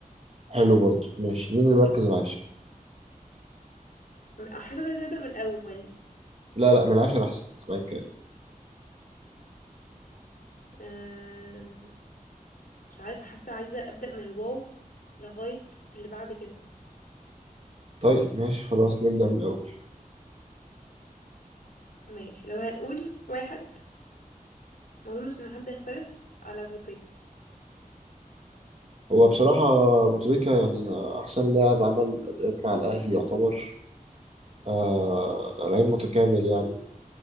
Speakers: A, on the right; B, on the left.
A: حلو برضو ماشي مين المركز العاشر
B: م- حاسة عايزة أبدأ من الأول
A: لا لا من العاشر أحسن اسمعي الكلام
B: أه... مش عارفة حاسة عايزة أبدأ من الواو لغاية اللي بعد كده
A: طيب ماشي خلاص نبدأ من الأول
B: ماشي لو هنقول واحد ما أظنش إن حد هيختلف على بوتيكا
A: هو بصراحة أبو تريكة يعني أحسن لاعب عمل أداءات مع الأهلي يعتبر آه لعيب متكامل يعني